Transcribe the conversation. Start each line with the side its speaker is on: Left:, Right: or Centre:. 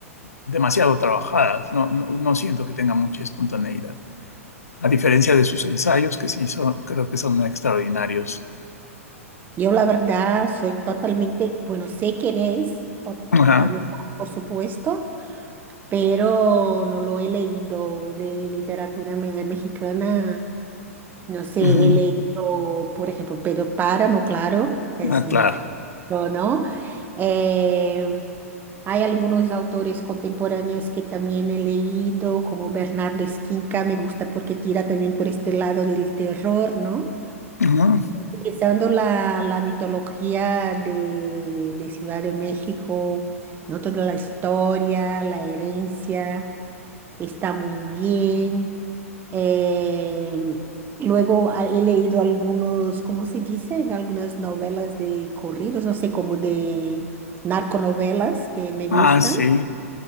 Left: demasiado trabajadas, no, no, no siento que tenga mucha espontaneidad, a diferencia de sus ensayos, que sí son, creo que son extraordinarios.
Right: Yo la verdad soy totalmente, bueno, sé quién es Oc-
Left: Ajá,
Right: Octavio Paz, por supuesto, pero no lo he leído de literatura me- mexicana. No sé,
Left: ujú,
Right: he leído, por ejemplo, Pedro Páramo, claro, es
Left: Ah,
Right: un
Left: claro.
Right: clásico, ¿no? Eh, hay algunos autores contemporáneos que también he leído, como Bernardo Esquinca, me gusta porque tira también por este lado del terror, ¿no?
Left: ujú.
Right: Utilizando la, la mitología de, de Ciudad de México, ¿no? Toda la historia, la herencia está muy bien. Em, luego a- he leído algunos, ¿cómo se dice? Algunas novelas de corridos, no sé, como de narconovelas que me gustan.
Left: Ah, sí.